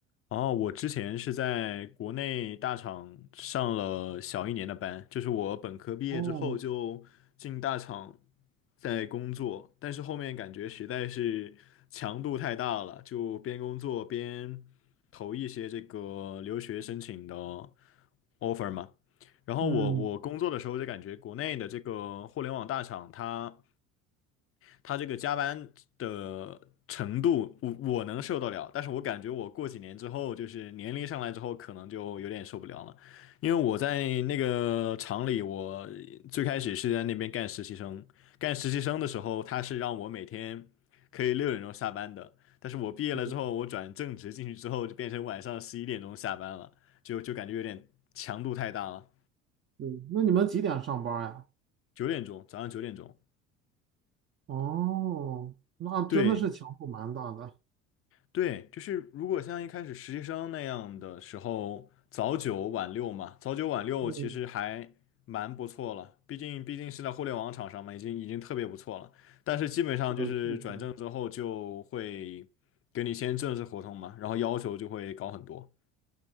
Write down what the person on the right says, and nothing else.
哦，
嗯，
对，
对那你们几点上班呀？
哦，那真的是强度蛮大的。
嗯，
是确实。